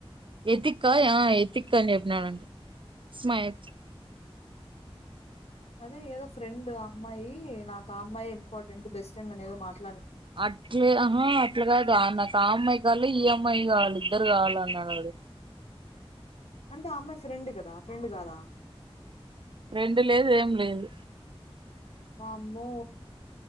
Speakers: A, on the right (about 55°); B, on the left (about 80°).
A: ఎతిక్ ఆ ఎతిక్ అని చెపినానంటు ఇస్మాయత్
B: అదే ఏదో ఫ్రెండ్ అమ్మాయి నాకు ఆ అమ్మాయే ఇంపార్టెంట్ బెస్ట్ ఫ్రెండ్ అని ఏదో మాట్లా
A: అట్లే రమ్మను అట్ల కాదు ఆన ఆ అమ్మాయి కన్న ఈ అమ్మాయే బాగుంది ఇద్దరు కావాల అన్నారు
B: అంటే అమ్మాయి ఫ్రెండ్ కదా ఫ్రెండ్ కాదా
A: ఫ్రెండు లేదు ఏం లేదు
B: వామ్మో